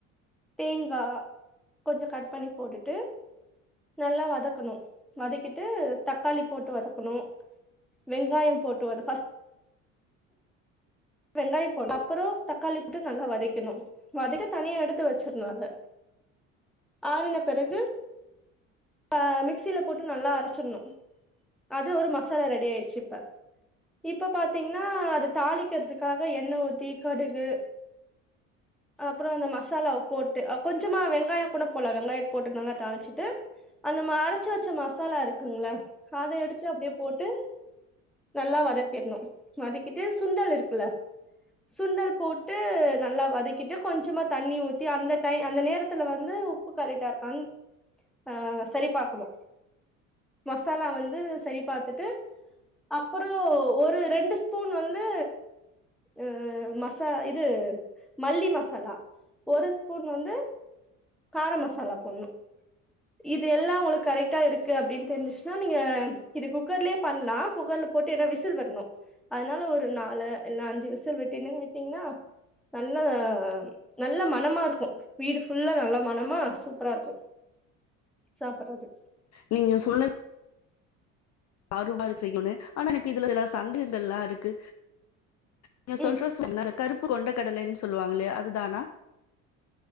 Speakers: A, in the centre; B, on the left.
A: தேங்கா கொஞ்சம் கட் பண்ணி போட்டுட்டு நல்லா வதக்கணும் வதக்கிட்டு தக்காளி போட்டு வதக்கணும் வெங்காயம் போட்டு வதக் ஃபர்ஸ்ட் வெங்காயம் போட்ணோ அப்புறம் தக்காளி போட்டு நல்லா வதக்கிக்கணு வதக்கி தனியா எடுத்து வச்சிர்ணும் அத ஆறின பிறகு ஆஹ் மிக்சில போட்டு நல்லா அரைச்சிடணும் அது ஒரு மசாலா ரெடி ஆயிடுச்சுஇப்ப இப்ப பாத்தீங்கன்னா அத தாளிக் வதக்கிறதுக்காக எண்ணெய் ஊத்தி கடுகு அப்புறம் அந்த மசாலாவப் போட்டு கொஞ்சமா வெங்காயம் கூட போலாம் வெங்காயம் போட்டு நல்லாத் தாளிச்சிட்டு அந்த அரைச்ச வச்ச மசாலா இருக்குங்கல்ல அதை எடுத்து அப்படியே போட்டு நல்லா வதக்கிடணும் வதக்கிட்டு சுண்டல் இருக் ம் இல்ல சுண்டல் போட்டு நல்லா வதக்கிட்டு கொஞ்சமா தண்ணி ஊத்தி அந்த டை அந்த நேரத்துல வந்து உப்பு கரெட்டா இருக்கான்னு அஹ் சரிபார்க்கணும் மசாலா வந்து சரி பார்த்துட்டு அப்புறம் ஒரு ரெண்டு ஸ்பூன் வந்து அஹ் மசா இது மல்லி மசாலா ஒரு ஸ்பூன் வந்து கார மசாலா போட்ணும் இது எல்லாம் உங்களுக்கு கரெக்ட்டா இருக்கு அப்டீன்னு தெரிஞ்சுச்சுன்னா நீங்க இது குக்கர்லயே பண்லாம் குக்கர்ல போட்டு என்னா விசில் வரணும் அதனால ஒரு நாலு இல்லன்னா அஞ்சு விசில் விட்டுறன்னு விட்டீங்கன்னா நல்லா நல்ல மணமா இருக்கும் வீடு ஃபுல்லா நல்ல மணமா சூப்பரா இருக்கும் சாப்பிட்றது
B: நீங்க சொன்ன ஆர்வமா இருக்கு செய்யணும்னு ஆனா எனக்கு இதுல இதல்லாம் சந்தேகங்கள் எல்லாம் இருக்கு நீங் சொல்ற
A: ம்
B: <unintelligible> கருப் கொண்டக் கடலேன்னு சொல்லுவாங்கில்லையா அதுதானா